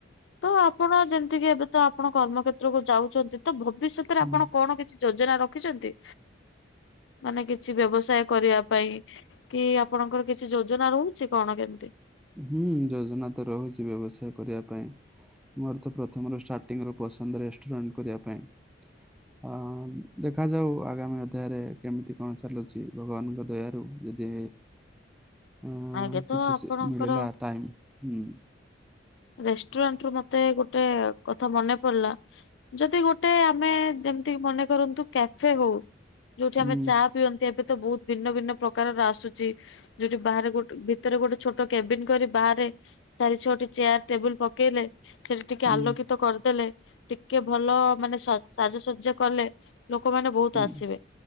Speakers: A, on the left (about 75°); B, in the centre.
A: ତ ଆପଣ ଯେମିତିକି ଏବେ ତ ଆପଣ କର୍ମକ୍ଷେତ୍ରକୁୁ ଯାଉଛନ୍ତି ତ ଭବିଷ୍ୟତରେ
B: ହୁଁ।
A: ଆପଣ କଣ କେ ଛି ଯୋଜନା ରଖିଚନ୍ତି ମାନେ କିଛି ବ୍ୟବସ୍ ତେ କରିବା ପାଇଁ କି ଆପଣଙ୍କର କିଛି ଯୋଜନା ରହୁଛି କଣ କେମିତି?
B: ହୁଁ ଯୋଜନା ତ ରହୁଛି ବ୍ୟବସାୟ କରିବା ପାଇଁ। ମୋର ତ ପ୍ରଥମରୁ ଷ୍ଟାର୍ଟିଂ ର ପସନ୍ଦ ରେଷ୍ଟୁରାଣ୍ଟ କରିବା ପାଇଁ। ଆ ଦେଖାଯାଉ ଆଗାମୀ ଅଧ୍ୟାୟରେ କେମିତି କଣ ଚାଲୁଛି। ଭଗବାନଙ୍କ ଦୟାରୁ ଯଦି। ଆ
A: ଆଜ୍ଞା ତ
B: କିଛି
A: ଆପଣଙ୍କର
B: ସେ ମିଳିଲା ଟାଇମ ହୁଁ।
A: ରେଷ୍ଟୁରାଣ୍ଟ ରୁ ମତେ ଗୋଟେ କଥା ମନେ ପଡିଲା ଯଦି ଗୋ ଟେ ଆମେ ଯେମିତିକି ମନେ କରନ୍ତୁ କ୍ୟାଫେ ହଉ ଯୋଉଠି
B: ହୁଁ।
A: ଆମେ ଚା ପିଅନ୍ ଏବେ ତ ବହୁତ ଭିନ୍ନ ଭିନ୍ନ ପ୍ରକାରର ଆସୁଛି ଯୋଉଠି ବାହାରେ ଗୋଟେ ଭି ତରେ ଗୋଟେ ଛୋଟ କ୍ୟାବିନ କରି ବାହାରେ ଚାରି ଛଅଟି ଚେୟାର ଟେବୁଲ ପକେଇଲେ ସେଠି ଟିକେ
B: ହୁଁ।
A: ଆଲୋକିତ କରିଦେଲେ ଟିକେ ଭଲ ମାନେ ସାଜସଜ୍ଜା କଲେ। ଲୋକମାନେ ବହୁତ ଆସିବେ।
B: ହୁଁ।